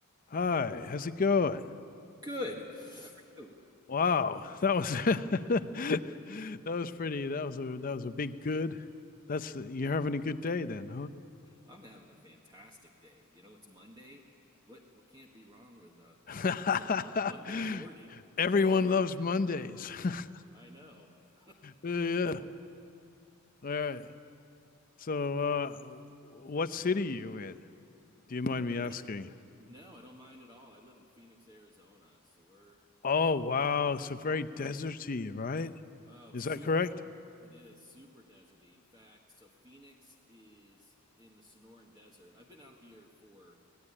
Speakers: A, on the left (about 40°); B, on the right (about 20°).
A: Hi, how's it going?
B: Good. Ooh,
A: Wow, that was <laughs> that was pretty. That was a that was a big good. That's you're having a good day then,
B: I'm having a fantastic day. You know, it's Monday. What what can't be wrong with a,
A: huh?
B: a Monday Monday morning?
A: <laughs> Everyone
B: Best day of the week.
A: loves Mondays. <laughs>
B: I know. <laughs> Live
A: Yeah, yeah. All right. So, uh, what city are you in? Do you mind me asking?
B: in- No, I don't mind at all. I live in Phoenix, Arizona, so we're
A: Oh, wow. So very deserty, right?
B: oh,
A: Is
B: super.
A: that correct?
B: It is super deserty. In fact, so Phoenix is in the Sonoran Desert. I've been out here for